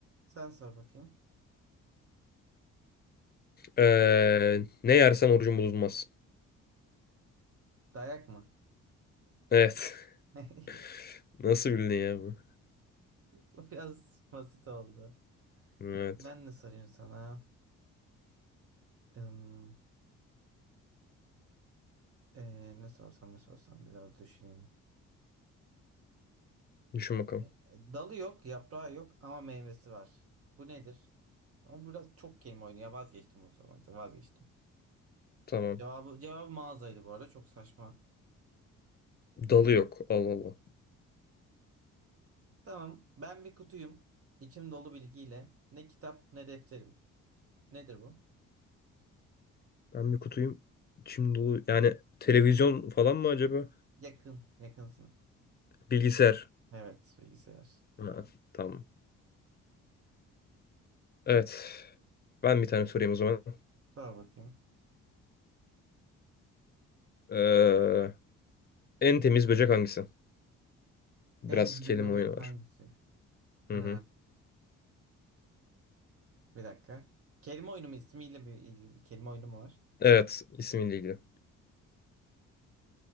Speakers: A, on the right (about 50°); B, on the left (about 30°).
A: Sen sor bakayım.
B: Ee, ne yersen orucun bozulmaz.
A: Dayak mı?
B: Evet.
A: <laughs>
B: <laughs> Nasıl bildin ya bunu?
A: Bu biraz basit oldu.
B: Evet.
A: Ben ne sorayım sana? Im, e, ne sorsam ne sorsam biraz düşüneyim.
B: Düşün bakalım.
A: E, Dalı yok, yaprağı yok ama meyvesi var. Bu nedir? Ama biraz çok kelime oyunu. Ya vazgeçtim bunu sormaktan. Vazgeçtim.
B: Tamam.
A: Cevabı, cevabı mağazaydı bu arada. Çok saçma.
B: Dalı yok. Allah Allah.
A: Tamam. Ben bir kutuyum. İçim dolu bilgiyle. Ne kitap ne defterim. Nedir bu?
B: Ben bir kutuyum. İçim dolu. Yani televizyon falan mı acaba?
A: Yakın. Yakınsın.
B: Bilgisayar.
A: Evet, bilgisayar.
B: Ha, tamam. Evet. Ben bir tane sorayım o zaman.
A: Sor bakayım.
B: Ee, en temiz böcek hangisi? Biraz
A: En
B: kelime
A: büyük böcek
B: oyunu var.
A: hangisi?
B: Hı
A: Ee,
B: hı.
A: bir dakika. Kelime oyunu mu? İsmiyle bir ilgili bir kelime oyunu mu var?
B: Evet. ismiyle ilgili.